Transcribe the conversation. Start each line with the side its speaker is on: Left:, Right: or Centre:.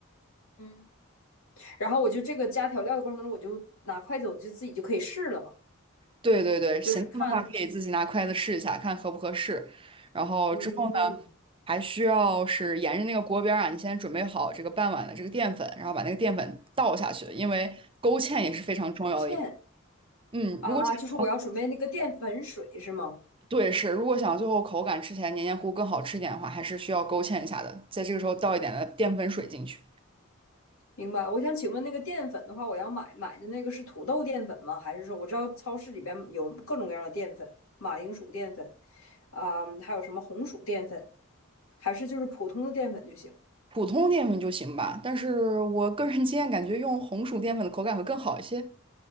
Left: 嗯。然后我就这个加调料的过程当中，我就拿筷子，我就自己就可以试了嘛，
Right: 对对对，
Left: 就是看去
Right: 咸淡的话可以自己拿筷子试一下，看合不合适，然后之后呢。
Left: 嗯，
Right: 还需要是沿着那个锅边儿啊，你先准备好这个半碗的这个淀粉，然后把那个淀粉倒下去，因为勾芡也是非常重要的一步。
Left: 芡
Right: 嗯，
Left: 啊，
Right: 如果想，
Left: 就是我要准备那个淀粉水是吗？
Right: 对，是，如果想最后口感吃起来黏黏糊更好吃一点的话，还是需要勾芡一下的，在这个时候倒一点的淀粉水进去，
Left: 明白。我想请问，那个淀粉的话，我要买买的那个是土豆淀粉吗？还是说我知道超市里边有各种各样的淀粉，马铃薯淀粉啊、还有什么红薯淀粉，还是就是普通的淀粉就行？
Right: 普通淀粉就行吧。但是我个人经验感觉用红薯淀粉的口感会更好一些。